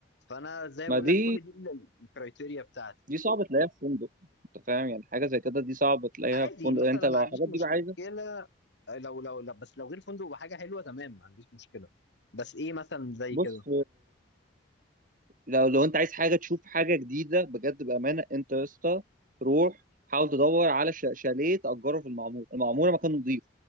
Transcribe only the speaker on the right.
ما
دي
دي صعب تلاقيها في فندق انت فاهم يعني حاجه زي كده دي صعب تلاقيها
في فندق
انت
لو
الحاجات
دي بقى عايزه
بص
لو لو انت عايز حاجه تشوف حاجه جديده بجد بامانه انت يا اسطى روح حاول تدور على ش- شاليه تاجره في المعموره المعموره مكان نظيف